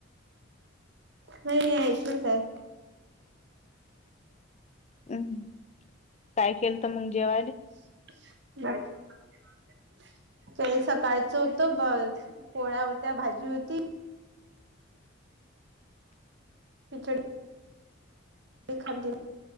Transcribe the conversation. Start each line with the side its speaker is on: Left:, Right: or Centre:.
Right: नाही यायच का.
Left: हम्म, काय केलत मग जेवायला?
Right: <unintelligible> ते सकाळचं होत बरं. पोळ्या होत्या. भाजी होती. तिकड <unintelligible>